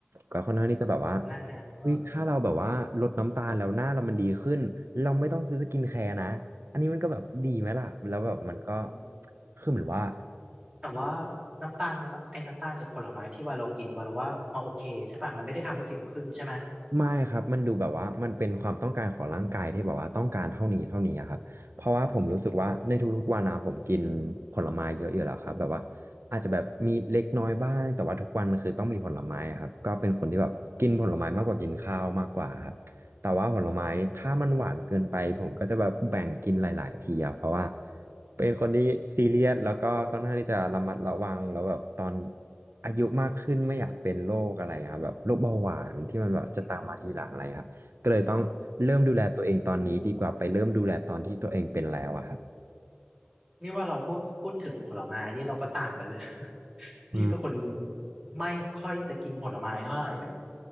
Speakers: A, on the right; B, on the right.
A: ก็ค่อนข้างที่จะแบบว่า
B: นั่นไงเออ
A: เฮ้ยถ้าเราแบบว่าลดน้ำตาลแล้วหน้าเรามันดีขึ้นเราไม่ต้องซื้อสกินแคร์นะอันนี้มันก็แบบดีไหมล่ะแล้วแบบมันก็
B: อืม
A: คือเหมือนว่า
B: แต่ว่าน้ำตาลน้ำไอ้น้ำตาลจากผลไม้ที่วาโลกินวาโลว่ามาโอเคใช่ป่ะมันไม่ได้ทำให้สิวขึ้นใช่ไหม
A: ไม่ครับมันดูแบบว่ามันเป็นความต้องการของร่างกายที่แบบว่าต้องการเท่านี้เท่านี้อะครับเพราะว่าผมรู้สึกว่าในทุกๆวันนะผมกินผลไม้เยอะอยู่แล้วครับแบบว่าอาจจะแบบมีเล็กน้อยบ้างแต่ว่าทุกวันมันคือต้องมีผลไม้อะครับก็เป็นคนที่แบบกินผลไม้มากกว่ากินข้าวมากกว่าครับแต่ว่าผลไม้ถ้ามันหวานเกินไปผมก็จะแบบแบ่งกินหลายๆทีอะเพราะว่า
B: อืม
A: เป็นคนที่ซีเรียสแล้วก็ค่อนข้างที่จะระมัดระวังแล้วแบบตอนอายุมากขึ้นไม่อยากเป็นโรคอะไรครับแบบโรคเบาหวานที่มันแบบจะตามมาทีหลังอะไรครับก็เลยต้องเริ่มดูแลตัวเองตอนนี้ดีกว่าไปเริ่มดูแลตอนที่ตัวเองเป็นแล้วอะครับ
B: อืมนี่ว่าเราพูดพูดถึงผลไม้นี่เราก็ต่างกันเลย <laughs>
A: อืม
B: พี่เป็นคนไม่ค่อยจะกินผลไม้เท่าไหร่เลย